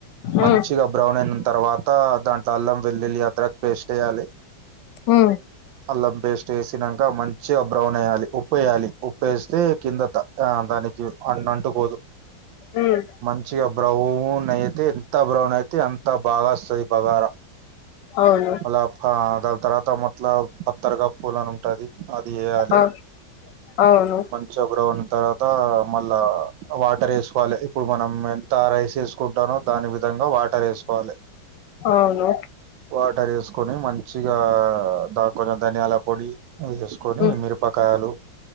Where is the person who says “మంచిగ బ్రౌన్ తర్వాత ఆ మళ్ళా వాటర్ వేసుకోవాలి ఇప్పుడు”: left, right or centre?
Right